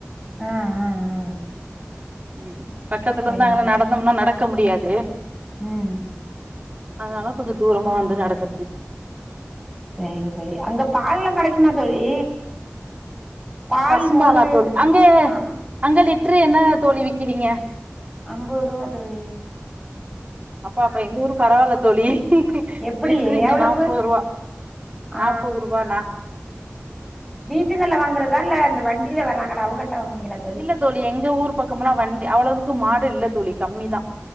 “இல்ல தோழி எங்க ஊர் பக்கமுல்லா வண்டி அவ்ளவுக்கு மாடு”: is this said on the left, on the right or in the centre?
Right